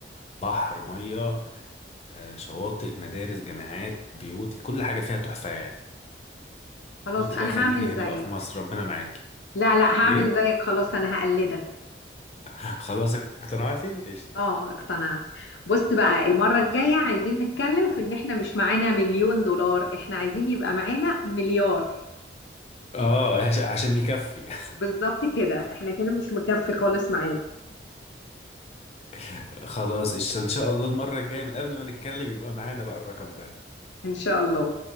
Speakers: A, on the left; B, on the left.
A: بحر مية آه، شواطئ مدارس جامعات بيوت كل حاجة فيها تحفة يعني
B: خلاص
A: انت
B: انا
A: بقى خليكي
B: هعمل زيك
A: هنا بقى في مصر ربنا معاكي
B: لا لا هعمل
A: ايه
B: زيك خلاص انا هقلدك
A: <laughs> خلاص اقتنعتي قشطة
B: اه اقتنعت بص بقى المرة
A: ماشي
B: الجاية عايزين نتكلم في ان احنا مش معانا مليون دولار احنا عايزين يبقى معانا مليار
A: اه عش- عشان يكفي
B: بالظبط كده احنا كده مش مكفي خالص معانا
A: <laughs> خلاص قشطة. ان شاء الله المرة الجاية من قبل ما نتكلم يبقى معانا بقى الرقم ده
B: إن شاء الله